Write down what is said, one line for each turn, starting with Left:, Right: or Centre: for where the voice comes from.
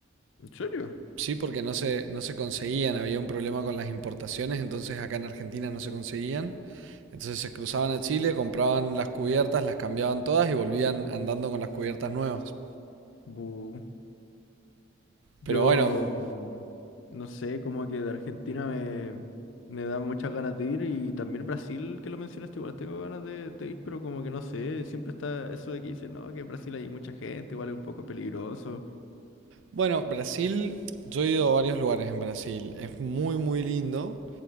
Left: ¿En serio?
Right: Sí, porque no se, no se conseguían, había un problema con las importaciones, entonces acá en Argentina no se conseguían. Entonces se cruzaban a Chile, compraban las cubiertas, las cambiaban todas y volvían andando con las cubiertas nuevas.
Left: Bu. Yo,
Right: Pero bueno,
Left: mm, no sé, como que de Argentina me, me da muchas ganas de ir y también Brasil, que lo mencionaste, igual tengo ganas de, de ir, pero como que no sé, siempre está eso de que dicen, no, que en Brasil hay mucha gente, igual es un poco peligroso.
Right: bueno, Brasil, yo he ido a varios lugares en Brasil, es muy muy lindo.